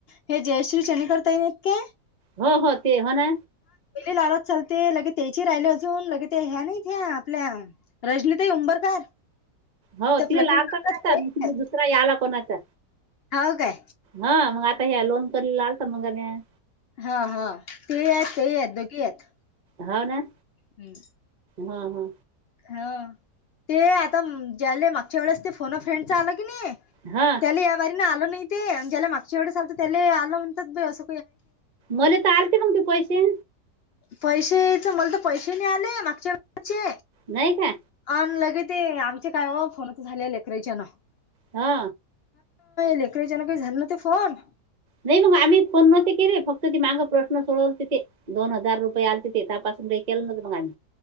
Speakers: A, on the left; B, on the right.
A: हे जयश्री शने करता येलत काय
B: हो हो ते हो ना
A: लालच चालते लगे त्याची राहिले अजून लगे ते ह्या ना इथे आपल्या रजनीताई उंबरकार
B: हो
A: त्या
B: तिथे
A: प्लकिंग
B: लालता
A: करतात
B: का आता
A: ते
B: मग तिे दुसरा याला कोणाचा
A: हाव काय
B: हा मग आता ह्या लोन कला आलता मग म
A: हा हा ते आहेत तेही आहेत दोघे आहेत
B: होा ना
A: हम्
B: हा हा
A: हा ते आता ज्याले मागच्या वेळेस ते फोन फ्रेंड आला त्या
B: हा
A: याारी आलं नाही ते ज्याला मागच्या ववे चालत त्याला आलं म्हणतात अस
B: मले तर आलते मग ते पैसे
A: पैसेच मला तर पैसे नाही आले मागच्या वेचे
B: नाही का
A: अऑन लगे ते आमचे काय फोनच झाले लेकराच्या ना
B: हा
A: लेकच्यान काही झालं ना ते फोन
B: नाही मग आम्ही फोन न्हते केले फक्त तेी माग प्रश्न सोडवते ते दोन हजार रुपये आलते ते तपास. के म मग